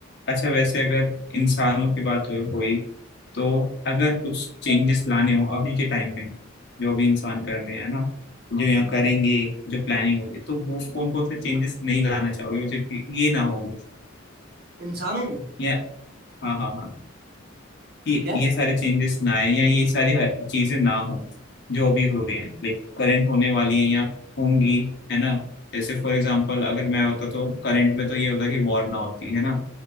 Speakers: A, on the left; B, on the right.
A: अच्छा वैसे अगर इंसानों की बात हुई तो अगर कुछ चेंजेस लाने हो अभी के टाइम में जो अभी इंसान कर रहे हैं ना जो यहाँ करेंगे जो प्लानिंग होगी तो वो कौन कौन से चेंजेस नहीं लाना चाहोगे जो कि ये ना हो
B: इंसानों में
A: या हाँ हाँ हाँ कि
B: यार
A: ये सारे चेंजेस ना आए या ये सारी हर चीजें ना हो जो अभी हो रही हैं लाइक करंट होने वाली है या होंगी है ना जैसे फॉर एग्जाम्पल अगर मैं होता तो करंट में तो ये होता कि वॉर ना होती है ना